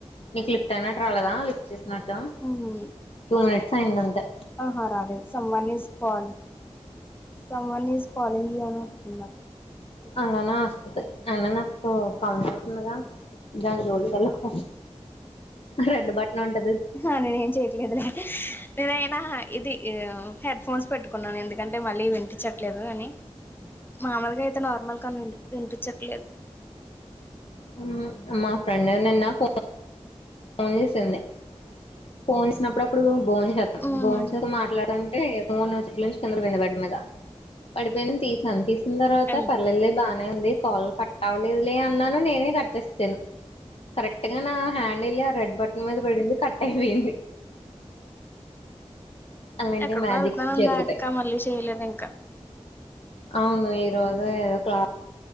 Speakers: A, on the left (about 55°); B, on the left (about 20°).
A: నీకు లిఫ్ట్ అయినట్లు రాలేదా లిఫ్ట్ చేస్తునట్టు.
B: ఉమ్.
A: టూ నైట్స్ అయింది అంతే.
B: ఆహా రాలేదు someone is calling. Someone is calling you అని వస్తుందా.
A: అలానే ఒస్తది అయినా నాకు కనబడుతుందిగా దాని జోలికి ఏళ్లకు. రెడ్ బట్టన్ ఉంటే.
B: హ్ నేన్ ఏం చేయట్లేదులె నేనైనా ఇది ఆహ్. హెడ్ ఫోన్స్ పెట్టుకున్నాను ఎందుకంటే మళ్ళీ వినిపించట్లేదు అని. మాములుగా అయితే నార్మల్ కాల్ వినిపించట్లేదు.
A: ఉమ్ మా ఫ్రెండు నిన్న ఫో. ఫోన్ చేసింది ఫోన్ చేసినప్పుడు అప్పుడు బోన్ జేతంద్
B: మ్మ్
A: బోన్ చేస్తూ మాట్లాడటానికి. అంటే మూడ్నాల్గు స్టెప్లా నుంచి కింద పడిపోయింది బెడ్ మీద పడిపోయింది తీసాను తీసే. హ్మ్న్ తర్వాత
B: అయ్యో
A: పర్లేలే బానే ఉంది. కాల్ కట్ అవ్వలేదులే అన్నాను నేనే కట్ చేస్తేను కరెక్ట్ గా నా హ్యాండిలే. రెడ్ బటన్ మీద పడింది కట్ అయిపోయింది. అలాంటి
B: ఎక్కడికో
A: మ్యాజిక్స్
B: వెళ్తునంది
A: జరుగుతాయి
B: ఆహ్ అక్క మళ్ళీ చేయలేదు ఇంక.
A: అవును ఈరోజు ఏదో క్లాస్.